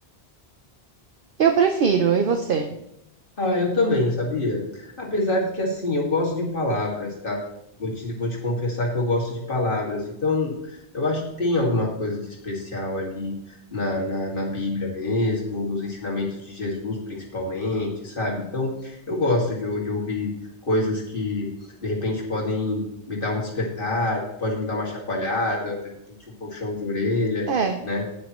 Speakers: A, on the right; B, on the left.
A: Eu prefiro, e você?
B: Ah, eu também, sabia? Apesar de que, assim, eu gosto de palavras, tá? Vou te, vou te confessar que eu gosto de palavras. Então, eu acho que tem alguma coisa de especial ali na, na, na Bíblia mesmo, nos ensinamentos de Jesus, principalmente, sabe? Então, eu gosto de, ou- de ouvir coisas que, de repente, podem me dar um despertar, pode me dar uma chacoalhada, de repente, um puxão de orelha,
A: É.
B: né?